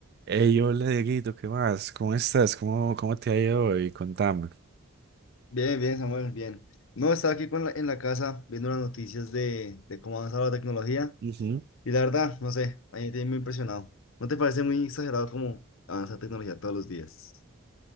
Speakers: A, on the right; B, on the left.
A: Hey, hola Dieguito, ¿qué más? ¿Cómo estás? ¿Cómo, cómo te ha ido hoy? Contame.
B: Bien, bien, Samuel, bien. No, estaba aquí con la- en la casa viendo las noticias de, de cómo ha avanzado la tecnología
A: Ujú.
B: y la verdad, no sé, a mí me tiene muy impresionado. ¿No te parece muy exagerado cómo avanza la tecnología todos los días?